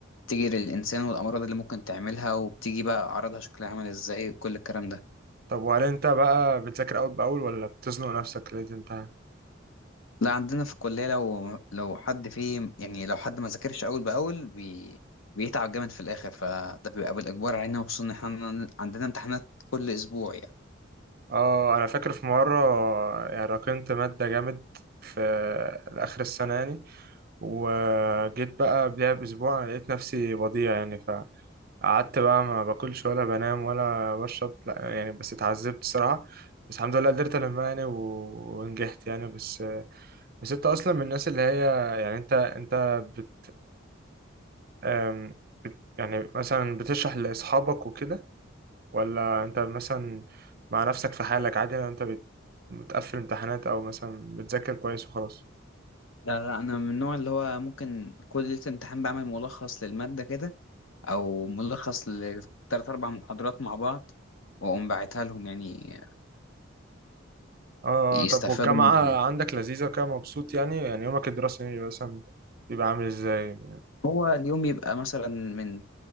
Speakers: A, on the left; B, on the right.
A: بتيجي للإنسان والأمراض اللي ممكن تعملها وبتيجي بقى أعراضها شكلها عامل إزاي كل الكلام ده
B: طب وهل انت بقى بتذاكر اول باول ولا بتزنق نفسك ليه تنتهي
A: لا عندنا في الكلية لو لو حد فيه يعني لو حد ما ذاكرش أول بأول بي بيتعب جامد في الآخر فده بيبقى بالإجبار علينا وخصوصا إن إحنا عندنا امتحانات كل أسبوع يعني
B: اه انا فاكر في مره يعني راكنت ماده جامد في اخر السنه يعني وجيت بقى قبلها باسبوع انا لقيت نفسي وضيع يعني فقعدت بقى ما باكلش ولا بنام ولا بشرب لا يعني بس اتعذبت الصراحه بس الحمد لله قدرت المها يعني و- ونجحت يعني بس بس انت اصلا من الناس اللي هي يعني انت انت بت, أم بت يعني مثلا بتشرح لاصحابك وكده ولا انت مثلا مع نفسك في حالك عادي لو انت بت بتقفل امتحانات او مثلا بتذاكر كويس وخلاص
A: لا لا أنا من النوع اللي هو ممكن كل ليلة امتحان بعمل ملخص للمادة كده أو ملخص لتلات أربع محاضرات مع بعض وأقوم باعتها لهم يعني
B: اه آه،
A: يستفادوا
B: آه. طب والجامعة
A: منها يعني.
B: عندك لذيذة كده مبسوط يعني يعني يومك الدراسي بيبقى مثلا بيبقى عامل ازاي
A: هو اليوم يبقى مثلا من